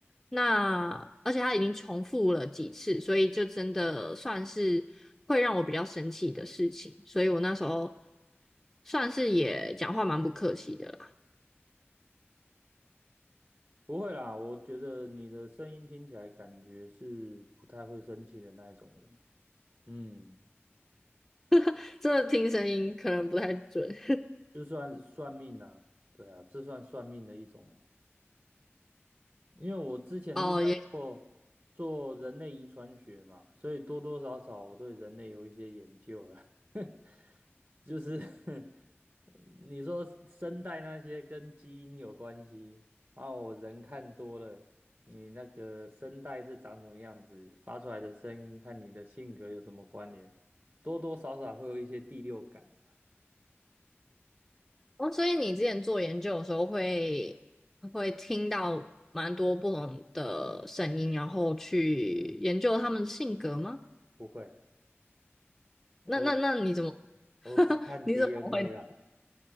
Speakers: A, in the centre; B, on the right.
A: 那而且他已经重复了几次，所以就真的算是会让我比较生气的事情。所以我那时候算是也讲话蛮不客气的啦。
B: 不会啦，我觉得你的声音听起来感觉是不太会生气的那一种人。嗯，
A: <laughs> 这听声音可能不太准
B: 就算算命啊，对啊，这算算命的一种嘛。因为我之前是在做做人类遗传学嘛，
A: <laughs> 哦，也
B: 所以多多少少我对人类有一些研究了。<laughs> 就是 <laughs> 你说声带那些跟基因有关系，然后我人看多了，你那个声带是长什么样子，发出来的声音和你的性格有什么关联，多多少少会有一些第六感啊。
A: 哦，所以你之前做研究的时候会会听到蛮多不同的声音，然后去研究他们的性格吗？
B: 不会，我
A: 那那那你怎么 <laughs>
B: 我只看
A: 你怎么会
B: DNA 啦。